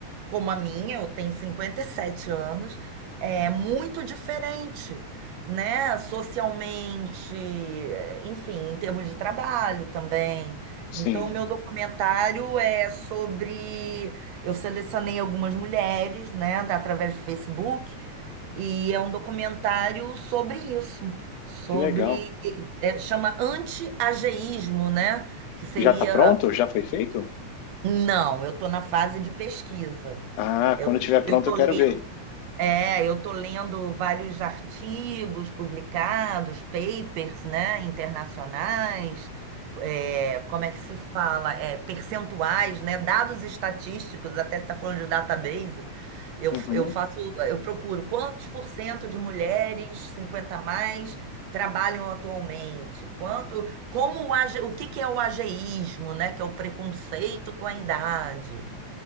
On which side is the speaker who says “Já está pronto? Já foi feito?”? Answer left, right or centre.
Left